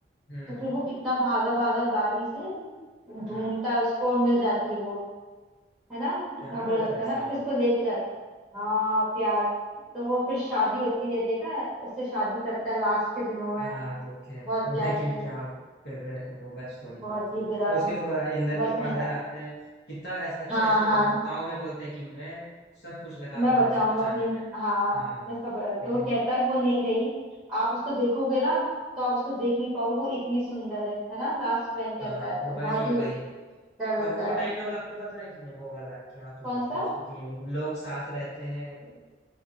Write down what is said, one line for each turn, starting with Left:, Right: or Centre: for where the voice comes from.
Left: हम्म
Centre: तो फिर वो कितना भागा भागा गाड़ी से ढूंढता
Left: हाँ
Centre: है उसको और मिल जाती है वो है ना
Left: प्यार
Centre: कितना बुरा
Left: हो
Centre: लगता
Left: तो ऐसा
Centre: है ना
Left: हो
Centre: फिर उसको लेके जाता है हाँ प्यार तो वो फिर शादी होती है देखा है? उससे शादी करता है लास्ट के दिनों में
Left: हाँ देखे हैं।
Centre: बहुत प्यार
Left: लेकिन
Centre: से
Left: क्या फिर वो बच थोड़ी
Centre: बहुत
Left: पाती
Centre: ही
Left: है
Centre: बुरा
Left: उसके फ- इंदर
Centre: बच
Left: के
Centre: नहीं
Left: फादर
Centre: पाया
Left: आते हैं कितना ऐस, अच्छा
Centre: हाँ
Left: ऐसे
Centre: हाँ
Left: ताव में बोलते हैं कि मैं सब कुछ लगा
Centre: मैं
Left: दूंगा
Centre: बचाऊंगा
Left: इसे बचाने
Centre: अपनी
Left: में
Centre: हाँ
Left: हाँ
Centre: मैं सबर तो
Left: लेकिन
Centre: वो कहता है कि वो नहीं रही आप उसको देखोगे ना तो आप उसको देख नहीं पाओगे वो इतनी सुंदर है है ना लास्ट लाइन कहता
Left: हाँ
Centre: है
Left: वही
Centre: तो बहुत ही
Left: वही वही।
Centre: दर्द
Left: और
Centre: होता
Left: वो डायलॉग
Centre: है
Left: आपको पता है कि नहीं वो वाला क्या तो
Centre: कौन
Left: बोलते
Centre: सा
Left: हैं उसको कि लोग साथ रहते हैं मतलब